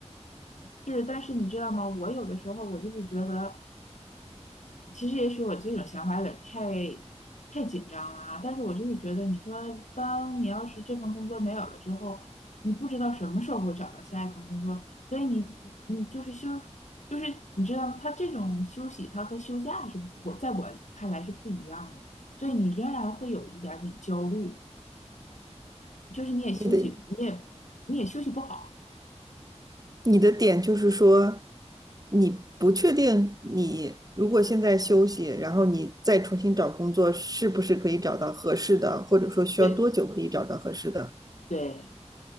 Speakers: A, on the left; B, on the right.
A: 是，但是你知道吗？我有的时候我就是觉得。其实也许我这种想法有点太太紧张了啊，但是我就是觉得，你说当你要是这份工作没有了之后，你不知道什么时候会找到下一份工作，所以你你就是休，就是你知道吗？他这种休息，他和休假是我在我看来是不一样的，所以你仍然会有一点点焦虑，就是你也休息，
B: 你的
A: 你也你也休息不好，
B: 你的点就是说，你不确定你如果现在休息，然后你再重新找工作，是不是可以找到合适的，或者说需要多久可以找到合适的？
A: 对对。